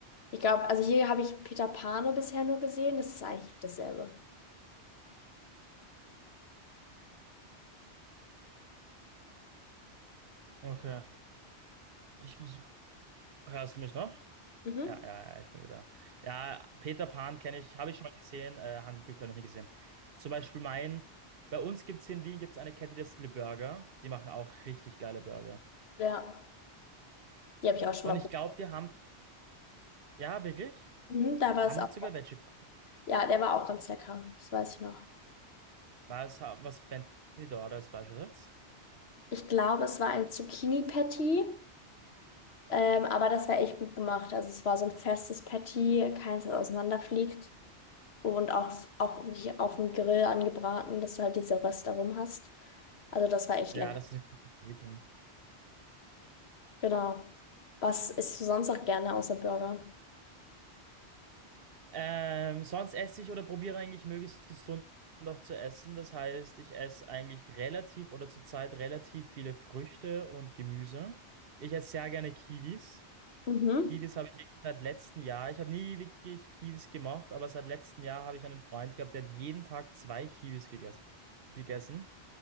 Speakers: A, on the left; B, on the right.
A: Ich glaube, also hier habe ich Peter Pane bisher nur gesehen. Das ist eigentlich dasselbe.
B: Okay. Ich muss. Hörst du mich noch?
A: Mhm.
B: Ja, ja, ja, ich bin wieder. Ja, Peter Pan kenne ich, habe ich schon mal gesehen. Äh, Hans und Glück habe ich noch nie gesehen. Zum Beispiel mein. Bei uns gibt es hier in Wien gibt's eine Kette, die heißt Le Burger. Die machen auch richtig geile Burger.
A: Ja, die habe ich auch schon
B: Und
A: mal probiert.
B: ich glaube, die haben. Ja, wirklich?
A: Mhm, da war
B: Da
A: es
B: haben die
A: auch.
B: sogar Veggie Burger.
A: Ja, der war auch ganz lecker. Das weiß ich noch.
B: Was, haben- was fänden die da als Fleischersatz?
A: Ich glaube, es war ein Zucchini-Patty, ähm, aber das war echt gut gemacht. Also es war so ein festes Patty, keins, das auseinanderfliegt und auch, auch wirklich auf dem Grill angebraten, dass du halt diese Röste rum hast. Also das war echt
B: Ja,
A: lecker.
B: das ist nicht. so.
A: Genau. Was isst du sonst auch gerne außer Burger?
B: Ähm, sonst esse ich oder probiere eigentlich möglichst gesund noch zu essen. Das heißt, ich esse eigentlich relativ oder zurzeit relativ viele Früchte und Gemüse. Ich esse sehr gerne Kiwis.
A: Mhm.
B: Kiwis habe ich irgendwie seit letztem Jahr. Ich habe nie wirklich Kiwis gemocht, aber seit letztem Jahr habe ich einen Freund gehabt, der hat jeden Tag zwei Kiwis gegessen, gegessen